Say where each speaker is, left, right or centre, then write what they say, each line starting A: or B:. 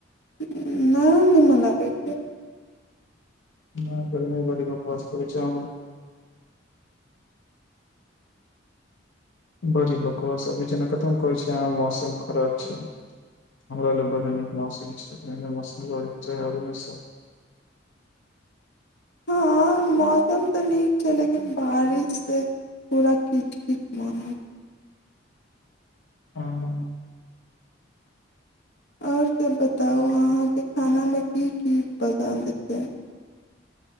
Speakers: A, on the left (about 60°); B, on the left (about 80°).
A: <unintelligible> निमन लागै छै
B: हँ गर्मी बरी बकवास अहाँ लंग बरी बकवास अभी जना अहाँ कहै छियै मौसम खराब छै हमरा ला बड्ड नीक मौसम छै ऐहने मौसम रहै कें चाहि हर हमेशा
A: हँ मौसम तऽ नीक छै लेकिन बारिश से पूरा किच किच मन होइ
B: हँ
A: आओर सभ बताउ अहाँके खानामे कि की पसन्द छै